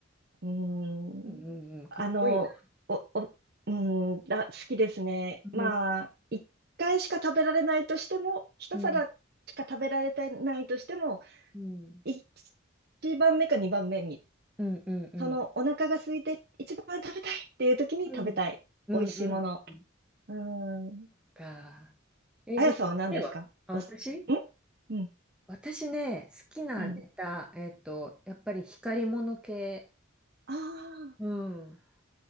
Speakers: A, on the right (about 50°); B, in the centre.
A: うーん。
B: うんうんうん。
A: あの、
B: かっこいいな。
A: お、お、うーん、あ、好きですね。
B: うん
A: まあ、一回しか食べられないとしても、一皿しか食べられてないとしても、
B: うん、うん、
A: 一番目か二番目に、
B: うん、うん、うん、
A: そのお腹が空いて一番食べたいっていう時に食べたい。
B: うん、うん、
A: 美味しいもの。
B: うんうん
A: うーん。
B: か。え、
A: あやさんは何ですかおす、
B: で、ちっちゃいわ。あ、私
A: んうん、
B: 私ね、好きなネタ、
A: うん。
B: えっと、やっぱり光り物系。
A: あ
B: うん。